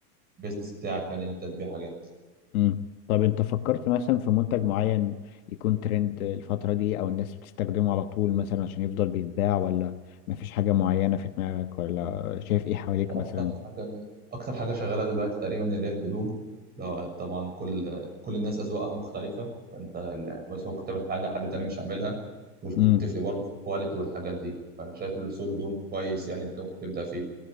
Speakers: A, on the right; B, on the left.
A: البيزنس بتاعك يعني اللي انت تبيع حاجات
B: امم طب انت فكرت مثلا في منتج معين يكون ترند الفترة دي او الناس بتستخدمه على طول مثلا عشان يفضل بيتباع ولا مفيش حاجة معينة في دماغك ولا شايف ايه حواليك
A: هو اكتر
B: مثلا
A: حاجه اكتر حاجه شغاله دلوقتي تقريبا اللي هي الهدوم لو طبعا كل كل الناس اذواقها مختلفه فانت ال- مثلا ممكن تعمل حاجه حد تاني مش هيعملها والك-
B: امم
A: وبتفرق برضه في الكواليتي والحاجات دي فانا شايف ان سوق الهدوم كويس يعني اللي انت ممكن تبدا فيه